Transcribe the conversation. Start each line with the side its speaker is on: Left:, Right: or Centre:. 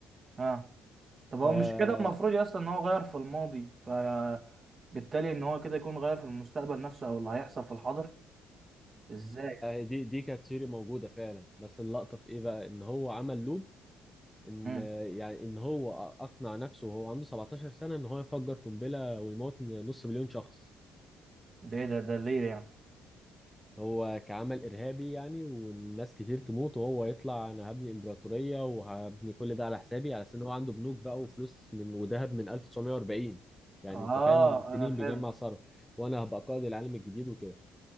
Right: اه طب
Centre: فما
Right: هو مش كده المفروض يا اسطى ان هو غير في الماضي ف بالتالي ان هو كده يكون غير في المستقبل نفسه او اللي هيحصل في الحاضر ازاي
Centre: دي دي كانت سيري موجوده فعلا بس اللقطه في ايه بقى ان هو عمل لوب ان
Right: امم
Centre: يعني ان هو اقنع نفسه وهو عنده 17 سنه ان هو يفجر قنبله ويموت نص مليون شخص
Right: ده ايه ده ده ليه ده يعني
Centre: هو كعمل ارهابي يعني والناس كتير تموت وهو يطلع انا هبني امبراطوريه وهبني كل ده على حسابي على اساس ان هو عنده بنوك بقى وفلوس من وذهب من 1940 يعني
Right: اه
Centre: انت فاهم سنين
Right: انا فهمت
Centre: بيجمع صرف وانا هبقى قائد العالم الجديد وكده